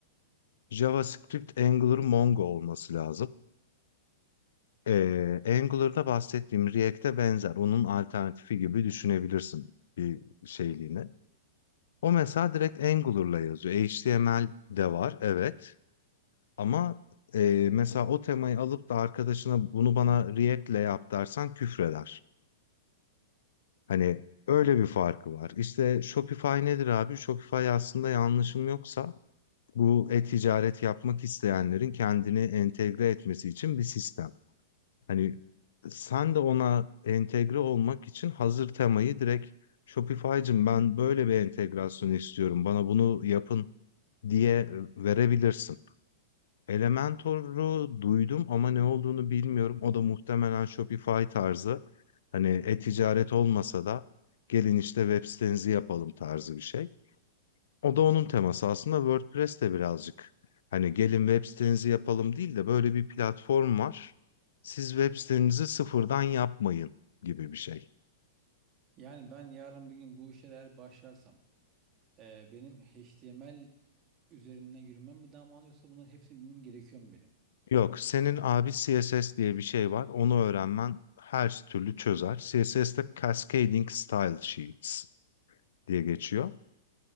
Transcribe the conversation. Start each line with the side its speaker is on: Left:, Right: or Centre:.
Left: JavaScript Angular Mongo olması lazım. Ee, Angular'da bahsettiğim React'e benzer. Onun alternatifi gibi düşünebilirsin bir şeyliğini. O mesela direkt Angular'la yazıyor. HTML de var evet. Ama e, mesela o temayı alıp da arkadaşına bunu bana React'le yap dersen küfreder. Hani öyle bir farkı var. İşte Shopify nedir abi? Shopify aslında yanlışım yoksa bu e-ticaret yapmak isteyenlerin kendini entegre etmesi için bir sistem. Hani sen de ona entegre olmak için hazır temayı direkt Shopify'cım ben böyle bir entegrasyon istiyorum. Bana bunu yapın diye verebilirsin. Elementor'u duydum ama ne olduğunu bilmiyorum. O da muhtemelen Shopify tarzı. Hani e-ticaret olmasa da gelin işte web sitenizi yapalım tarzı bir şey. O da onun teması. Aslında WordPress de birazcık hani gelin web sitenizi yapalım değil de böyle bir platform var. Siz web sitenizi sıfırdan yapmayın gibi bir şey.
Right: yani ben yarın bugün bu işe eğer başlarsam e, benim HTML üzerinden yürümem mi daha mantıklı yoksa bunların hepsini bilmem gerekiyor mu benim?
Left: Yok, senin abi CSS diye bir şey var. Onu öğrenmen her türlü çözer. CSS'de Cascading Style Sheets diye
Right: Hı.
Left: geçiyor.